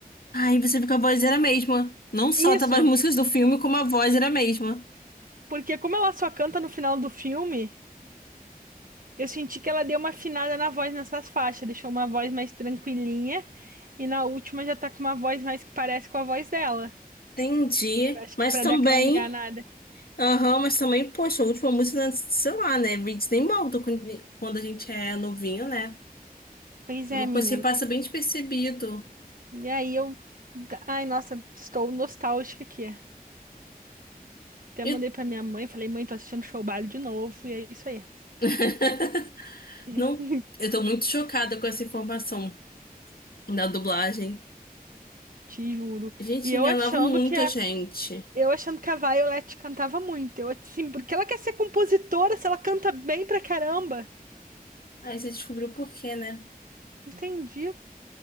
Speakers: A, on the left; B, on the right.
A: Aí você viu que a voz era a mesma. Não só tava
B: Isso,
A: as músicas do filme, como a voz era a mesma.
B: porque como ela só canta no final do filme, Eu senti que ela deu uma afinada na voz nessas faixas, deixou uma voz mais tranquilinha e na última já tá com uma voz mais que parece com a voz dela.
A: Entendi.
B: Eu acho
A: Mas
B: que pra
A: também.
B: dar aquela enganada.
A: Aham, mas também, poxa, a última música, sei lá, né? Disney Mountain, quando quando a gente é novinho, né?
B: Pois
A: É uma
B: é, menina.
A: coisa que passa bem despercebido.
B: E aí eu, ai, nossa, estou nostálgica aqui. Até
A: E-
B: mandei pra minha mãe, falei, mãe, tô assistindo Show Baile de novo e é isso aí.
A: <laughs>
B: <laughs>
A: Não, eu tô muito chocada com essa informação da dublagem.
B: Te juro.
A: Gente,
B: E
A: enganava
B: eu achando
A: muita
B: que a
A: gente.
B: eu achando que a Violet cantava muito. Eu assim, porque ela quer ser compositora, se ela canta bem pra caramba.
A: Aí você descobriu por quê, né?
B: Entendi.